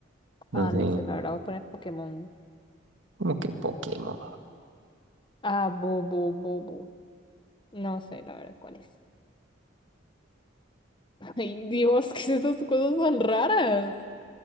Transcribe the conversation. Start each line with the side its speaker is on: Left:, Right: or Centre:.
Left: ah,
Right: No sé.
Left: no sé, la verdad voy a poner Pokémon.
Right: Como que Pokémon.
Left: Ah, Bobo, Bobo. No sé, la verdad, ¿cuál es? <laughs> Ay, Dios, ¿qué es estas cosas tan raras?